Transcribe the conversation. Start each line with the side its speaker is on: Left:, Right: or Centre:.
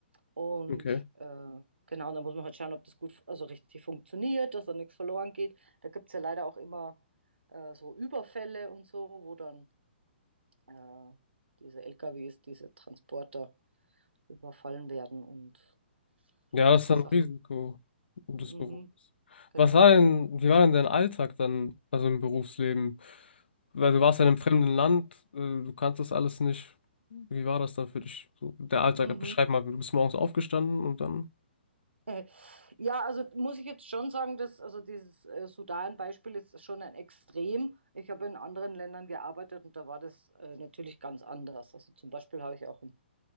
Right: Und
Left: Okay.
Right: äh, genau, da muss man halt schauen, ob das gut, also richtig funktioniert, dass da nichts verloren geht. Da gibt es ja leider auch immer äh, so Überfälle und so, wo dann äh, diese LKWs, diese Transporter überfallen werden und,
Left: Ja, das
Right: und
Left: ist
Right: die
Left: ein
Right: Sachen.
Left: Risiko des
Right: Mhm,
Left: Berufs.
Right: genau.
Left: Was war denn, wie war denn dein Alltag dann, also im Berufsleben? Weil du warst ja in einem fremden Land, äh, du kanntest alles nicht. Wie war das dann für dich? So, der Alltag,
Right: Mhm.
Left: beschreib
Right: <laughs>
Left: mal, du bist morgens aufgestanden und dann
Right: Äh, Ja, also muss ich jetzt schon sagen, dass also dieses äh, Sudan-Beispiel ist schon ein Extrem. Ich habe in anderen Ländern gearbeitet und da war das äh, natürlich ganz anders. Also zum Beispiel habe ich auch in